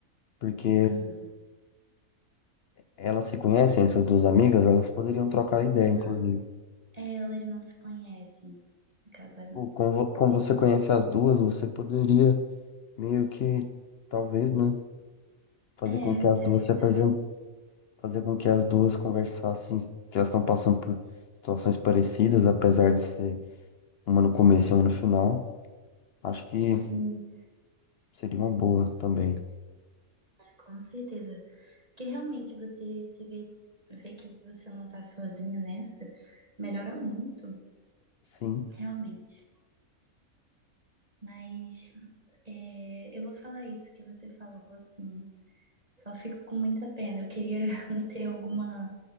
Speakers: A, on the left (about 65°); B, on the right (about 30°).
A: Porque
B: Uhum.
A: elas se conhecem, essas duas amigas, elas poderiam trocar ideia,
B: Não.
A: inclusive.
B: É, elas não se conhecem. Acaba.
A: Pô, como, vo- como você conhece as duas, você poderia meio que talvez, né? Fazer
B: É, é,
A: com que
B: isso
A: as duas
B: é verdade.
A: se apresentem, fazer com que as duas conversassem, que elas estão passando por situações parecidas, apesar de ser uma no começo e uma no final. Acho que
B: Sim,
A: seria uma boa também.
B: com certeza. Porque realmente você se vê, vê que você não tá sozinha nessa, melhora muito,
A: Sim,
B: realmente. Mas é, eu vou falar isso que você falou assim. Só fico com muita pena. Eu queria <laughs> ter alguma,